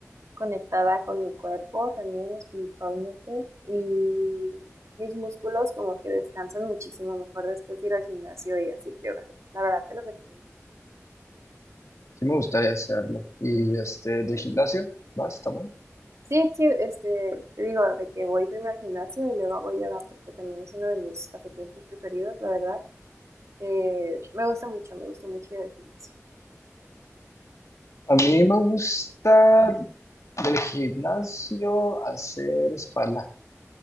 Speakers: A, on the right; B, on the left.
A: conectada con mi cuerpo, también espiritualmente, y mis músculos como que descansan muchísimo mejor después de ir al gimnasio y hacer yoga. La verdad, te lo recomiendo.
B: Sí me gustaría hacerlo. Y este, de gimnasio, ¿vas también?
A: Sí, sí, este, te digo, de que voy primero al gimnasio y luego hago yoga, porque también es uno de mis pasatiempos preferidos, la verdad. Eh, me gusta mucho, me gusta mucho ir al gimnasio.
B: A mí me gusta del gimnasio hacer espalda.